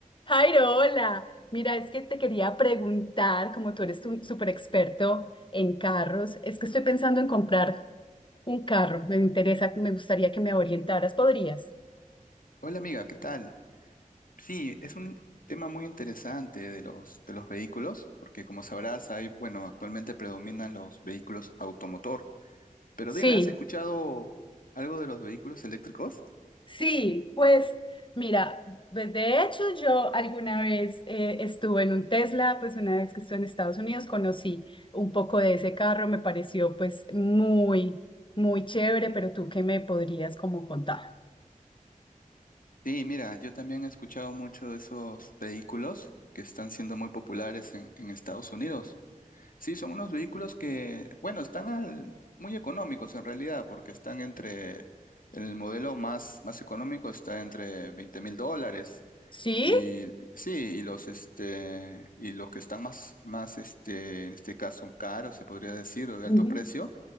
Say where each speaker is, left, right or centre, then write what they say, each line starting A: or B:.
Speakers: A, on the left; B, on the left.
A: Jairo, hola. Mira, es que te quería preguntar, como tú eres un súper experto en carros, es que estoy pensando en comprar un carro. Me interesa, me gustaría que me orientaras. ¿Podrías?
B: Hola amiga, ¿qué tal? Sí, es un tema muy interesante de los, de los vehículos, porque como sabrás, hay, bueno, actualmente predominan los vehículos automotor. Pero dime,
A: Sí.
B: ¿has escuchado algo de los vehículos eléctricos?
A: Sí, pues mira, pues, de hecho yo alguna vez eh, estuve en un Tesla, pues una vez que estuve en Estados Unidos conocí un poco de ese carro, me pareció pues muy, muy chévere, pero tú qué me podrías como contar.
B: Sí, mira, yo también he escuchado mucho de esos vehículos que están siendo muy populares en, en Estados Unidos. Sí, son unos vehículos que, bueno, están al- muy económicos en realidad, porque están entre, el modelo más, más económico está entre veinte mil dólares
A: ¿Sí?
B: Y sí, y los este y los que están más más este en este caso caros, se podría decir, o de
A: Ujú.
B: alto precio,